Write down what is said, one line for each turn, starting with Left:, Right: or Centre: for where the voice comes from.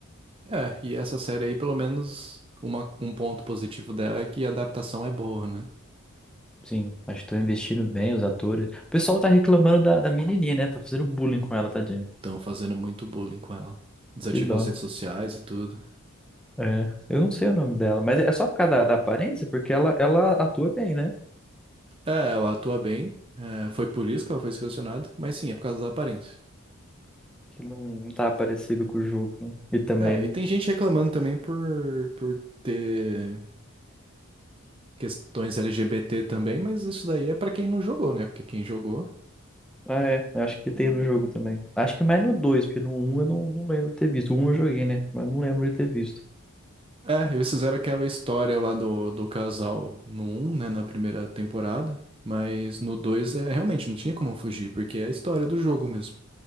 Right: É, e essa série aí, pelo menos, uma, um ponto positivo dela é que a adaptação é boa, né?
Centre: Sim, acho que estão investindo bem os atores. O pessoal tá reclamando da, da menininha, né? Tá fazendo bullying com ela, tadinha.
Right: Estão fazendo muito bullying com ela. Desativou
Centre: Que dó.
Right: as redes sociais e tudo.
Centre: É, eu não sei o nome dela, mas é só por causa da, da aparência, porque ela, ela atua bem, né?
Right: É, ela atua bem. É, foi por isso que ela foi selecionada, mas sim, é por causa da aparência.
Centre: Que não, não tá parecido com o jogo, né? E também.
Right: É,
Centre: não-
Right: e tem gente reclamando também por, por ter questões LGBT também, mas isso daí é pra quem não jogou, né? Porque quem jogou.
Centre: Ah, é, eu acho que tem no jogo também. Acho que mais no 2, porque no um eu não, não lembro de ter visto. O um eu joguei, né? Mas eu não lembro de ter visto.
Right: É, eles fizeram aquela história lá do, do casal no um, né? Na primeira temporada. Mas no 2 é, realmente não tinha como fugir, porque é a história do jogo mesmo.